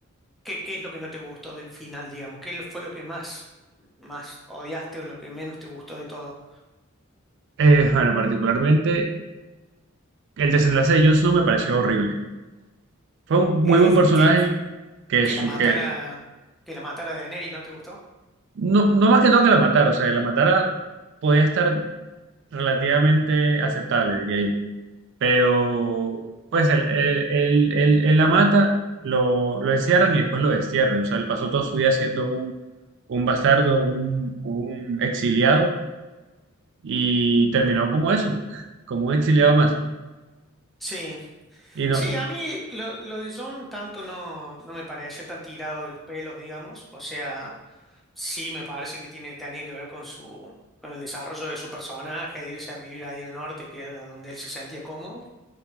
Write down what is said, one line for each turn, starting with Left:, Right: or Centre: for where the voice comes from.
Centre: ¿Qué, qué es lo que no te gustó del final, digamos? ¿Qué lo- fue lo que más, más odiaste o lo que menos te gustó de todo?
Right: Eh, bueno, particularmente el desenlace de Jones no me pareció horrible. Fue un muy
Centre: Eh,
Right: buen personaje
Centre: que,
Right: que,
Centre: que
Right: su,
Centre: la matara,
Right: que
Centre: que la matara Daenerys, ¿no te gustó?
Right: no, no más que todo que la matara, o sea, que la matara podía estar relativamente aceptable, diría yo. Pero, pues, el, el, el- el- en la mata lo, lo encierran y después lo destierran. O sea, él pasó todo su día siendo un, un bastardo, un, un exiliado y terminó como eso, como un exiliado más.
Centre: Sí,
Right: Y no,
Centre: Sí, a mí lo, lo de John tanto no, no me pareció tan tirado de los pelos, digamos. O sea, sí me parece que tiene, tenía que ver con su, con el desarrollo de su personaje, de irse a vivir ahí al norte, que era donde él se sentía cómodo.